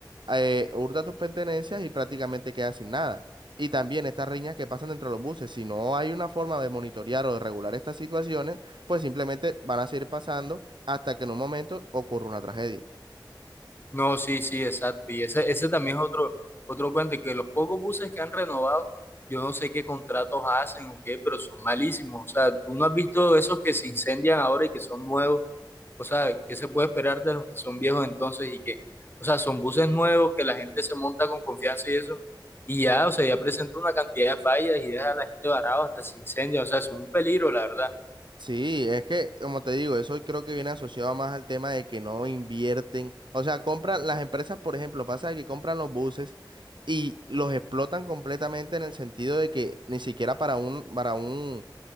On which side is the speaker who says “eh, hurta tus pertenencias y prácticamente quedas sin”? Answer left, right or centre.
Right